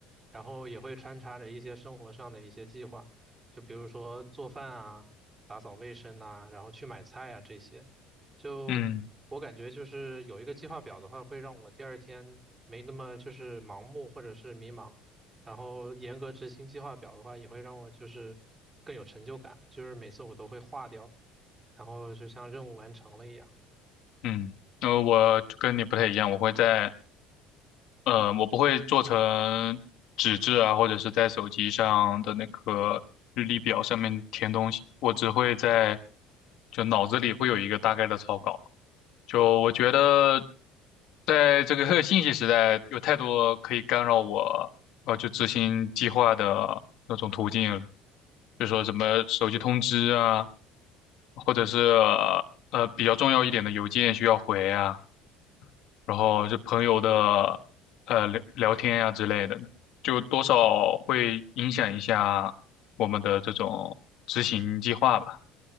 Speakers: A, on the right; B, on the left.
A: 然后也会穿插着一些生活上的一些计划，就比如说做饭啊、打扫卫生呐、然后去买菜啊这些。就我感觉就是有一个计划表的话，
B: 嗯
A: 会让我第二天没那么就是盲目或者是迷茫。然后严格执行计划表的话，也会让我就是更有成就感，就是每次我都会画掉，然后就像任务完成了一样。
B: 嗯，呃，我就跟你不太一样，我会在呃，我不会做成纸质啊，或者是在手机上的那个日历表上面填东西，我只会在就脑子里会有一个大概的草稿。就我觉得，在这个 <laughs> 信息时代，有太多可以干扰我，呃，就执行计划的那种途径了，就说什么手机通知啊，或者是呃比较重要一点的邮件需要回啊，然后是朋友的呃聊聊天呀、之类的，就多少会影响一下我们的这种执行计划吧。